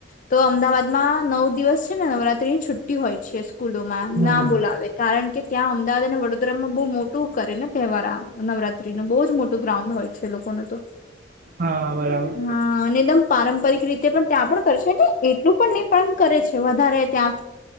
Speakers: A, on the left; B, on the right.
A: તો અમદાવાદમાં નવ દિવસ છે ને નવરાત્રીની છુટ્ટી હોય છે સ્કૂલોમાં.
B: હમ
A: ના બોલાવે કારણ કે ત્યાં અમદાવાદ અને વડોદરામાં બહુ મોટું કરે ને તહેવાર આ નવરાત્રીનો. બહુ જ મોટું ગ્રાઉન્ડ હોય છે લોકોને તો.
B: હા બરાબર
A: હા અને એકદમ પારંપરિક રીતે પણ ત્યાં પણ કરશેને? એક એટલું પણ ને પણ કરે છે વધારે ત્યાં